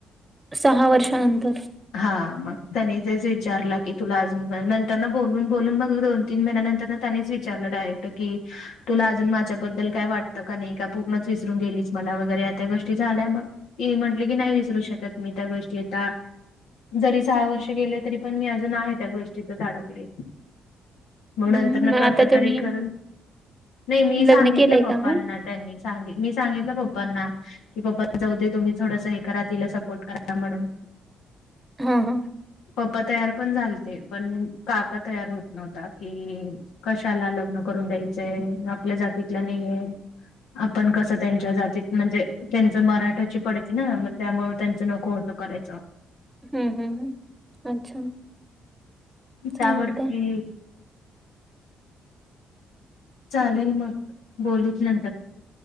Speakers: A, on the right (about 15°); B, on the left (about 85°).
A: सहा वर्षानंतर.
B: हा मग त्यांनी तेच विचारलं की तुला अजून नंतर बोलून बोलून बघ दोन तीन महिन्या नंतर त्यांनीच विचारलं डायरेक्ट की, तुला अजून माझ्याबद्दल काय वाटतं का नाही का पूर्णच विसरून गेलीच मला वगैरे या त्या गोष्टी झाल्या मग, ती म्हटली की नाही विसरू शकत मी त्या गोष्टी आता, जरी सहा वर्ष गेले तरी पण मी अजून आहे त्या गोष्टीत अडकले. मग
A: हं,
B: नंतर
A: हं.
B: न
A: मग
B: कस
A: आता तुम्ही
B: तरी करून नाही मी
A: लग्न
B: सांगितलं
A: केलंय
B: पप्पांना.
A: का मग?
B: त्यांनी सांग मी सांगितलं पप्पांना. कि पप्प जाऊ देय तुम्ही थोडंस हे करा तिला सपोर्ट करा म्हणून.
A: हा हा.
B: पप्पा तयार पण झालते पण काका तयार होत नव्हता कि, कशाला लग्न करून द्यायचंय आपल्या जातीतलं नाहीय. आपण कसं त्यांच्या जातीत म्हणजे त्यांचं मराठ्याची पडती ना मग त्यामु त्यांचं नको होत. करायचं.
A: हम्म हम्म् अच्छा! चालतंय.
B: त्यावरती, चालेल मग बोलूत नंतर.